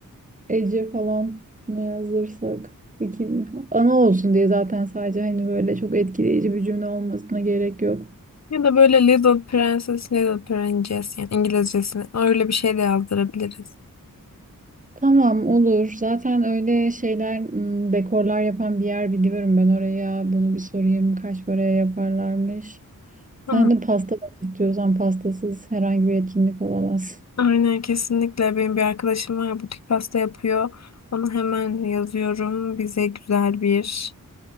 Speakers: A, on the right (about 20°); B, on the left (about 50°).
A: Ece falan ne yazdırsak. İki, ana olsun diye zaten sadece hani böyle çok etkileyici bir cümle olmasına gerek yok.
B: Ya da böyle Little Princess, Little Princess yani İngilizcesini öyle bir şey de yazdırabiliriz.
A: Tamam olur. Zaten öyle şeyler m, dekorlar yapan bir yer biliyorum ben oraya. Bunu bir sorayım. Kaç paraya yaparlarmış?
B: Ama
A: Sen de pasta bak istiyorsan pastasız herhangi bir etkinlik olamaz.
B: aynen kesinlikle benim bir arkadaşım var butik pasta yapıyor. Onu hemen yazıyorum. Bize güzel bir